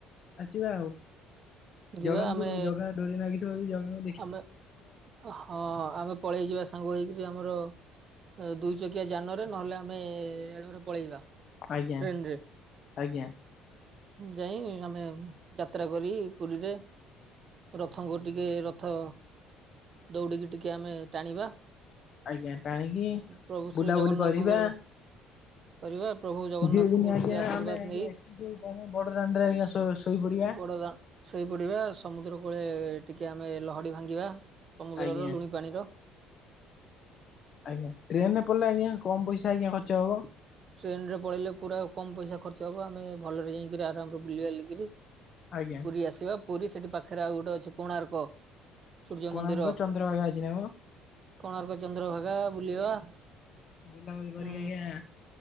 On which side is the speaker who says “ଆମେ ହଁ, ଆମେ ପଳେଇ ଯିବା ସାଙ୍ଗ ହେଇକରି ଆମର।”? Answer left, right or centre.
Right